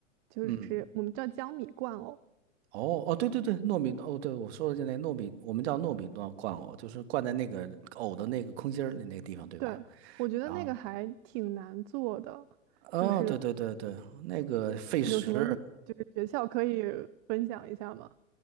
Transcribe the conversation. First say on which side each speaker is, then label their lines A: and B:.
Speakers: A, on the right; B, on the right.
A: 就是我们叫江米罐藕。
B: 嗯，哦哦，对对对，糯米哦，对我说的就那糯米，我们叫糯米罐罐藕，就是灌在那个藕的那个空心儿的那个地方，对吧？
A: 对，我觉得那个还挺难做的，
B: 然后，哦，
A: 就是
B: 对对对对，那个费时，
A: 有什么秘就是诀窍可以分享一下吗？